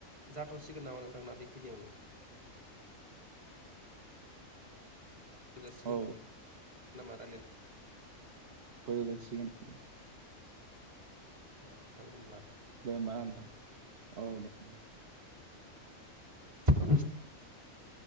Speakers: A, on the right (about 30°); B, on the right (about 50°).
A: जाथसिगोन नामा नोंथांना बेखिनियावनो? <unintelligible>
B: औ
A: नामा रायलानाय
B: फोजोब जासिगोन।
A: ओ थां होमब्ला।
B: दे होमबा ना नोंथां औ दे नोंथां
A: <inaudible>